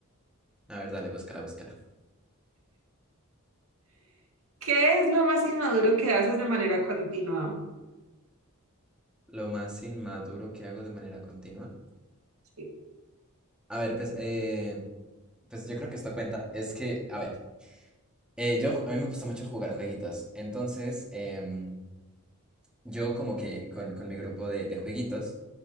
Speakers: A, in the centre; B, on the right (about 70°).
A: A ver, dale, búscala, búscala.
B: ¿Qué es lo más inmaduro que haces de manera continua?
A: Lo más inmaduro que hago de manera continua.
B: Sí.
A: A ver, pues, eh, pues yo creo que esto cuenta. Es que, a ver, eh, yo, a mí me gusta mucho jugar jueguitos. Entonces, em, yo como que con, con mi grupo de, de jueguitos,